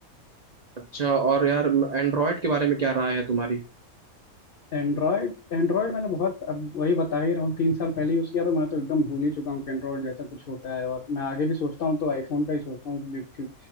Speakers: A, on the right; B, on the left.
A: अच्छा और यार एंड्रॉयड के बारे में क्या राय है तुम्हारी
B: एंड्रॉयड एंड्रॉयड मैंने बहुत अब वही बता ही रहा हूँ तीन साल पहले यूज़ किया था मैं तो एकदम भूल ही चुका हूँ कि एंड्रॉयड जैसा कुछ होता है और मैं आगे भी सोचता हूँ तो आईफोन का ही सोचता हूँ क्यों- क्यों-